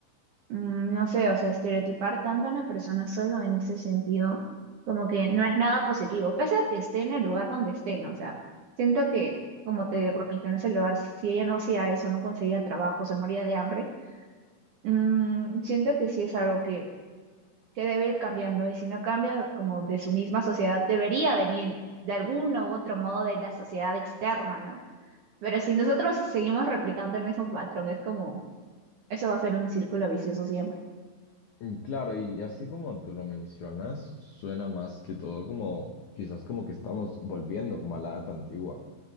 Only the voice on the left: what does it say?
Mm, Claro, y así como tú lo mencionas, suena más que todo como quizás como que estamos volviendo como a la edad antigua,